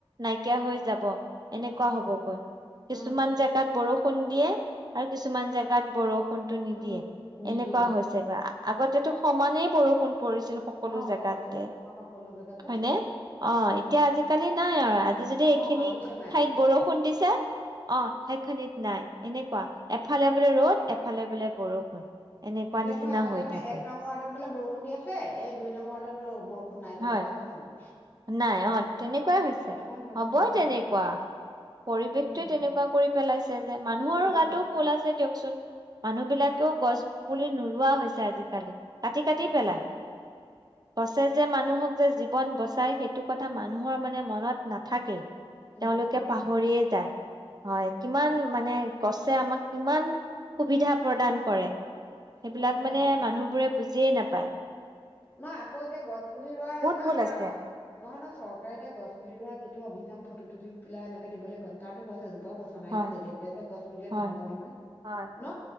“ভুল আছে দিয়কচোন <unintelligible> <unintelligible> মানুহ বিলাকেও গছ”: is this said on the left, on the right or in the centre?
Right